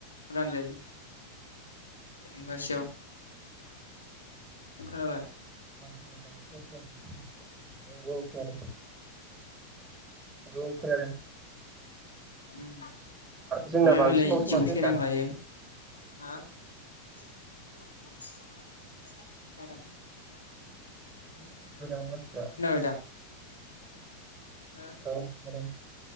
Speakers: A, on the left; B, on the right.
A: रां लायो। थांगासेयाव खोनाबाय?
B: मानसिना बांसिन खाथ औ औ खादों। औ खोनादों।
A: ओम थांलाय
B: जोंना बांसिनबावसो
A: फैलाय जौसे
B: माथो होनदां
A: रां लायो। हा। <unintelligible>
B: <unintelligible>
A: खोनाबाय दा हो
B: औ खोनादों।